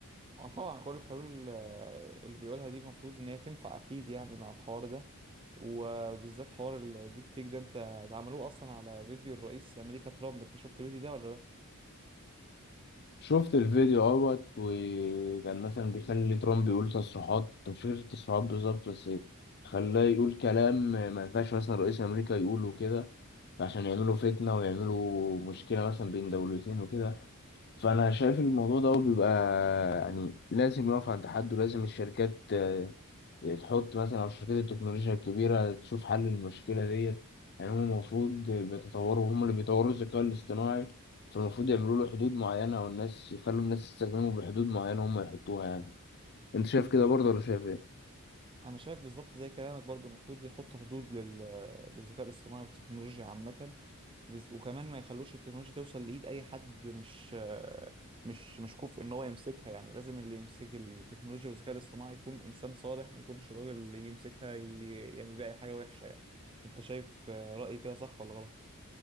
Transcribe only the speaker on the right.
اه طبعا كل الحلول آه، اللي بيقولها دي المفروض ان هي تنفع اكيد يعني مع الحوار ده وبالذات حوار الديب فيك ده انت ده عملوه اصلا على فيديو الرئيس امريكا ترامب انت شفت الفيديو ده ولا لا
انا شايف بالظبط زي كلامك برضه المفروض يحط حدود لل... للذكاء الاصطناعي والتكنولوجيا عامه بز- وكمان ما يخلوش التكنولوجيا توصل لايد اي حد مش مش مش كفء ان هو يمسكها يعني لازم اللي يمسك التكنولوجيا والذكاء الاصطناعي يكون انسان صالح ما يكونش الراجل اللي يمسكها ي... يعمل بيها اي حاجه وحشه يعني انت شايف رايي كده صح ولا غلط